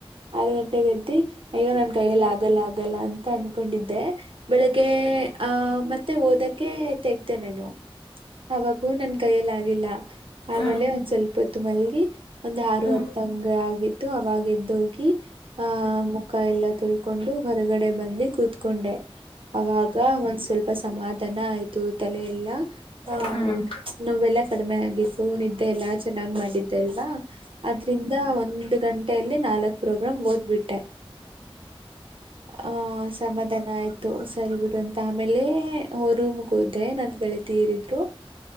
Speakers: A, on the right (about 65°); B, on the left (about 65°).
A: ಆರ್ ಗಂಟೆೆಗೆ ಎದ್ದಿ ಅಯ್ಯೋ ನನ್ ಕೈಯಲ್ ಆಗಲ್ಲ ಆಗಲ್ಲ ಅಂತ ಅನ್ಕೊಂಡಿದ್ದೆ ಬೆಳಿಗ್ಗೆ ಆ ಮತ್ತೆ ಓದಕ್ಕೆ ತೆಗ್ದೆ ನಾನು. ಅವಾಗೂ ನನ್ ಕೈಯಲ್ ಆಗಿಲ್ಲ
B: ಹ್ಮ್
A: ಆಮೇಲೆ
B: ಹ್ಮ್ ಹ್ಮ್ ಹ್ಮ್ ಹ್ಮ್ ಹ್ಮ್
A: ಒನ್. ಪ್ಪತ್ತು ಮಲ್ಗೀ. ಒಂದ್ ಆರು
B: ಹ್ಮ್
A: ಹತ್ತಂಗ ಆಗಿ ತ್ತು ಅವಾಗ ಎದ್ದೋಗಿ ಆ ಮುಖ ಎಲ್ಲಾ ತೊಳ್ಕೊಂಡು ಹೊರಗಡೆ ಬಂದಿ ಕೂತ್ಕೊಂಡೆ. ಅವಾಗ ಒಂದ್ ಸ್ವಲ್ಪ ಸಮಾಧಾನ ಆಯ್ ತ್ತು ತಲೆ ಎಲ್ಲ. ಹಾ
B: ಹ್ಮ್
A: ನಾವೆಲ್ಲ. ಕಡಿಮೆ ಆಗಿತ್ತು ನಿದ್ದೆ ಎಲ್ಲಾಚ್. ಚೆನ್ನಾಗ್ ಮಾಡಿದ್ದೆ ಅಲ್ವಾ ಅದ್ರಿಂದ ಒಂದು ಗಂಟೆಯಲ್ಲಿ ನಾಲಕ್ ಪ್ರೋಗ್ರಾಮ್ ಓದ್ಬಿಟ್ಟೆ ಆ ಸಮಾಧಾನ ಆಯ್ತು ಸರಿ ಬಿಡು ಅಂತ ಆಮೇಲೇ ಹೊ-ರೂಮ್ಗ್ ಹೋದೆ ನನ್. ಗೆಳತೀಯರಿದ್ರು.